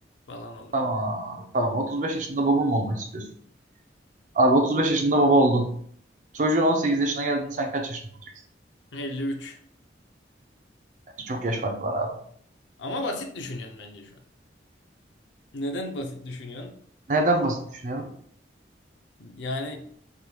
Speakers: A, on the left; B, on the right.
A: falan olur
B: Tamam.
A: olur.
B: Tamam. 35 yaşında baba mı olmak istiyorsun? Abi 35 yaşında baba oldun. Çocuğun 18 yaşına geldiğinde sen kaç yaşında olacaksın?
A: 53.
B: Bence çok yaş farkı var abi.
A: Ama basit düşünüyorsun bence şu an. Neden basit düşünüyorsun?
B: Neden basit düşünüyorum?
A: Yani